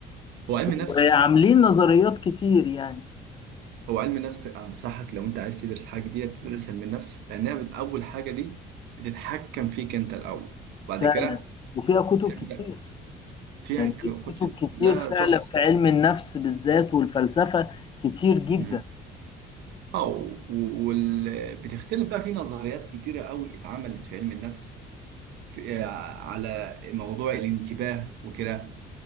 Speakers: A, on the right; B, on the left.
A: هو علم النفس
B: وعاملين نظريات كتير يعني
A: هو علم النفس أنصحك لو أنت عايز تدرس حاجة جديدة تدرس علم النفس لأنها بت- أول حاجة دي بتتحكم فيك أنت الأول وبعد
B: فعلا
A: كده
B: وفيها كتب
A: تبدأ
B: كتير
A: فيها
B: يعني
A: ك-
B: في
A: كتب
B: كتب كتير
A: لا
B: فعلا
A: تحصى
B: في علم النفس بالذات والفلسفه كتير جدا
A: مم. أه و- وال... بتختلف بقى في نظريات كتيرة قوي اتعملت في علم النفس في... آه، على موضوع الانتباه وكده